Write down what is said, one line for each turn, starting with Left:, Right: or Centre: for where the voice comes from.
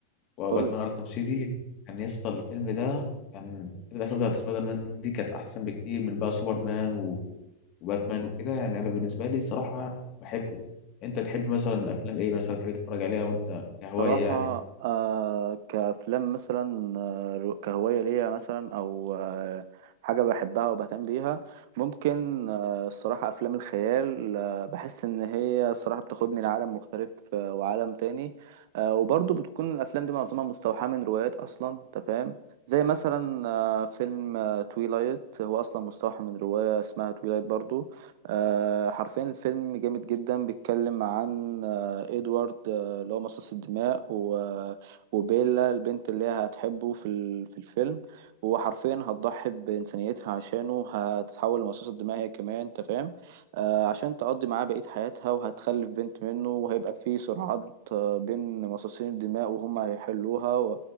Left: وباتمان
Right: قول
Left: اركام سيتي يعني يا اسطى الفيلم ده كان الافلام بتاعت سبايدر مان دي كانت احسن بكتير من بقى سوبرمان و- وباتمان وكده يعني انا بالنسبه لي صراحه بحبه انت تحب مثلا افلام ايه مثلا تحب تتفرج عليها وانت كهوايه
Right: صراحة
Left: يعني
Right: آه كأفلام مثلا آه رو- كهواية ليا مثلا أو آه حاجة بحبها وبهتم بيها ممكن آه الصراحة أفلام الخيال آه بحس إن هي الصراحة بتاخدني لعالم مختلف آه وعالم تاني آه وبرضه بتكون الأفلام دي معظمها مستوحاة من روايات أصلا أنت فاهم زي مثلا آه فيلم آه تويلايت هو أصلا مستوحى من رواية اسمها تويلايت برضو آه حرفيا الفيلم جامد جدا بيتكلم عن آه إدوارد اللي هو مصاص الدماء و... وبيلا البنت اللي هي هتحبه في ال... في الفيلم هو حرفيا هتضحي بإنسانيتها عشانه هتتحول لمصاص الدماء هي كمان انت فاهم آه عشان تقضي معاه بقية حياتها وهتخلف بنت منه وهيبقى في صراعات آه، بين مصاصين الدماء وهم هيحلوها و...